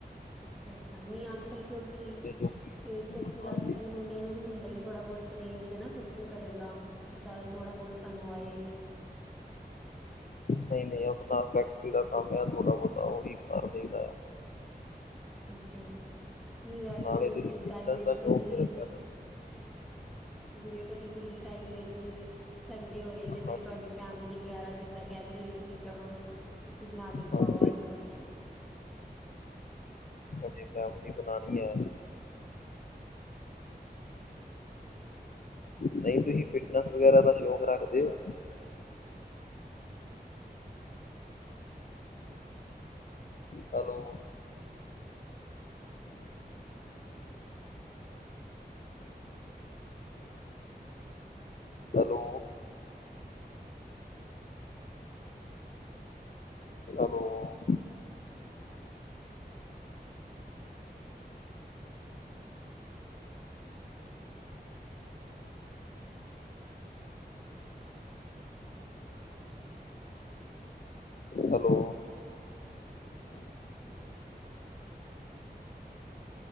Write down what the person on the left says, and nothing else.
ਜੋ ਕਿ
ਹਾਂਜੀ
ਨਹੀਂ ਨਹੀਂ ਆਪਣਾ ਫੈਕਟਰੀ ਦਾ ਕੰਮ, ਆ ਥੋੜਾ ਬਹੁਤਾ ਉਹੀ ਕਰ ਦਈਂ, ਦਾ
ਨਾਲੇ
ਹੀ ਫਿਟਨਸ
ਦਾ ਸ਼ੌਕ
ਹੋ, ਗਿਆ
ਹਾਂਜੀ
ਹਾਂਜੀ
ਜੇ ਫੈਮਿਲੀ ਬਣਾਣੀ ਏ ਨਹੀਂ, ਤੁਸੀਂ ਫਿਟਨੈਸ ਵਗੈਰਾ ਦਾ ਸ਼ੌਕ ਰੱਖਦੇ ਹੋ? Hello hello? Hello hello